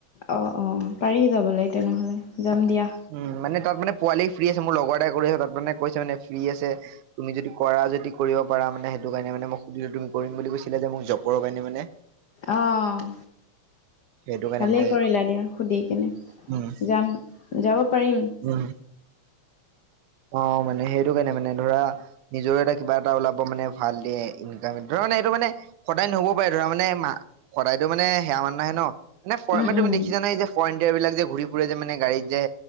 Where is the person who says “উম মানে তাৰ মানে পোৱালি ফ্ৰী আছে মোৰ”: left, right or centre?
Right